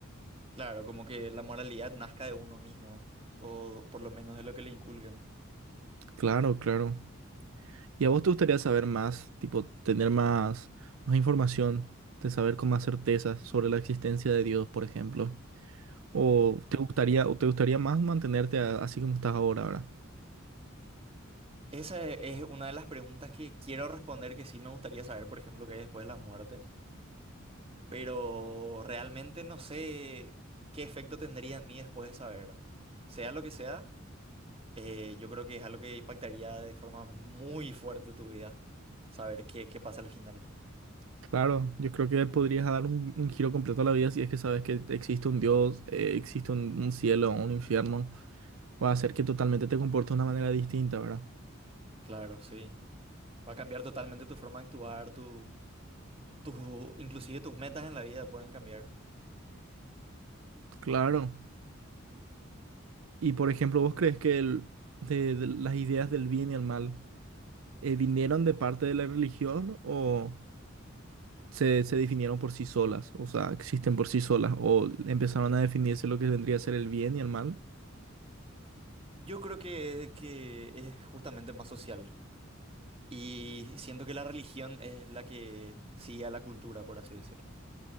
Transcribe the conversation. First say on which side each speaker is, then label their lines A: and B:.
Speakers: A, on the right; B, on the right.
A: claro, como que la moralidad nazca de uno mismo, o por lo menos de lo que le inculcan.
B: Claro, claro. ¿Y a vos te gustaría saber más, tipo, tener más, más información, de saber con más certeza sobre la existencia de Dios, por ejemplo? ¿O te gustaría, o te gustaría más mantenerte a- así como estás ahora, ¿verdad?
A: Esa es una de las preguntas que quiero responder, que sí me gustaría saber, por ejemplo, qué hay después de la muerte, pero realmente no sé qué efecto tendría en mí después de saber. Sea lo que sea, eh, yo creo que es algo que impactaría de forma muy fuerte tu vida, saber qué, qué pasa al final.
B: Claro, yo creo que podrías dar un, un giro completo a la vida si es que sabes que existe un Dios, eh, existe un, un cielo, un infierno. Va a hacer que totalmente te comportes de una manera distinta, ¿verdad?
A: Claro, sí. Va a cambiar totalmente tu forma de actuar, tu, tu, inclusive tus metas en la vida pueden cambiar.
B: Claro. Y por ejemplo, ¿vos crees que el- de, de las ideas del bien y el mal eh, vinieron de parte de la religión o se, se definieron por sí solas? O sea, existen por sí solas o empezaron a definirse lo que vendría a ser el bien y el mal.
A: Yo creo que, que es justamente más social. Y siento que la religión es la que sigue a la cultura, por así decir.